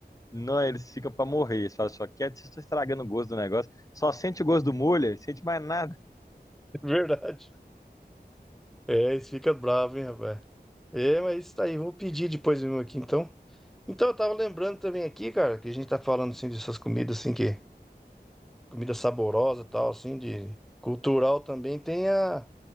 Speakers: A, on the left (about 20°); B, in the centre.
A: Não, eles ficam pra morrer. Eles falam só, quieto, vocês estão estragando o gosto do negócio. Só sente o gosto do molho, sente mais nada.
B: <laughs> verdade. É, eles ficam bravos, hein, rapaz. É, mas isso aí, vou pedir depois mesmo aqui, então. Então, eu tava lembrando também aqui, cara, que a gente tá falando, assim, dessas comidas, assim, que... Comida saborosa e tal, assim, de... Cultural também tem a...